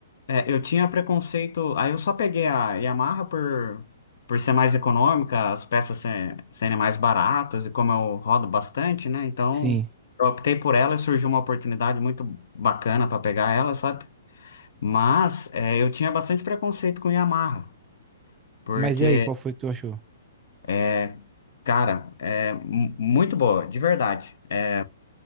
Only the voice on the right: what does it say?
Sim.
Mas e aí, qual foi que tu achou?